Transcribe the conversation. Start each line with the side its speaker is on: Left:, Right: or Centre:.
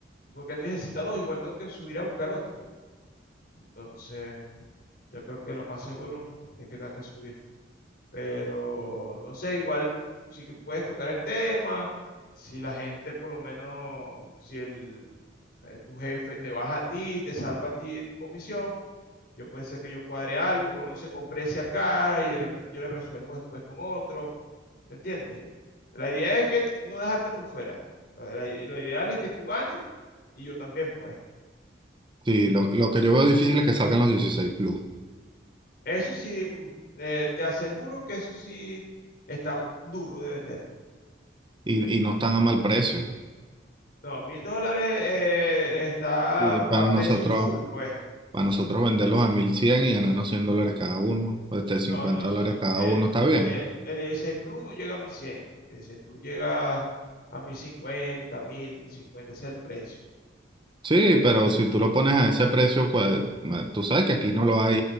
Left: porque él necesita dos, igual tengo que subir a buscar otro. Entonces, yo creo que lo más seguro es que tenga que subir. Pero, no sé, igual sí que puedes tocar el tema, si la gente por lo menos, si el, eh, tu jefe te baja a ti, te salva a ti de tu comisión, yo puede ser que yo cuadre algo y por lo menos se comprese acá y de repente yo le resuelvo después con otro ¿Me entiendes? La idea es que no dejarte por fuera. La- la- lo ideal es que tú ganes y yo también, pues.
Right: Sí, lo, lo que yo veo difícil es que salgan los 16 Plus.
Left: Eso sí, mm, eh, te aseguro que eso sí está duro de vender.
Right: y, y no están a mal precio.
Left: No, mil dólares eh, está
Right: Y
Left: a
Right: para
Left: precio
Right: nosotros,
Left: full, pues.
Right: para nosotros venderlos a 1100 y ganarnos 100 dólares cada uno, este, 50
Left: No, no,
Right: dólares
Left: no.
Right: cada
Left: eh,
Right: uno, está bien.
Left: eh, el 16 Plus no llega a 1100. El 16 Plus llega a mil 1000, 1050. Ese es el precio.
Right: Sí, pero si tú lo pones a ese precio, cual- ma- tú sabes que aquí no lo hay